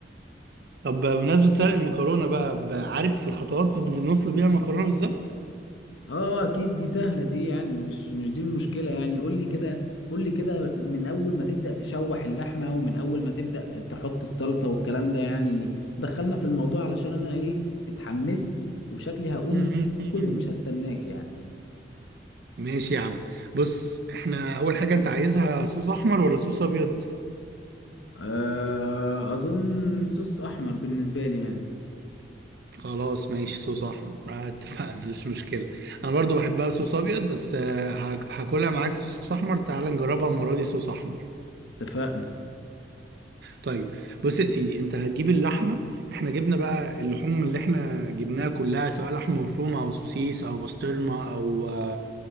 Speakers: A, on the right; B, on the left.
A: طب بمناسبة سلق المكرونة بقى ب- عارف الخطوات اللي بنسلق بيها المكرونة بالظبط؟
B: اه اكيد دي سهله دي يعني مش مش دي المشكله يعني قول لي كده قول لي كده من اول ما تبدا تشوح اللحمه ومن اول ما تبدا تحط الصلصه والكلام ده يعني دخلنا في الموضوع علشان انا ايه اتحمست وشكلي هقوم
A: مم.
B: اكل ومش هستناك يعني
A: ماشي يا عم بص احنا أول حاجة أنت عايزها صوص أحمر ولا صوص أبيض؟
B: أه اظن صوص احمر بالنسبه لي يعني
A: خلاص ماشي صوص أحمر آه، اتفقنا مش مشكلة أنا برضو بحبها صوص أبيض بس آه، هاك- هاكلها معاك صوص أحمر تعال نجربها المرة دي صوص أحمر
B: اتفقنا
A: طيب بص يا سيدي أنت هتجيب اللحمة احنا جبنا بقى اللحوم اللي احنا جبناها كلها سواء لحمة مفرومة أو سوسيس أو بسطرمة أو آه،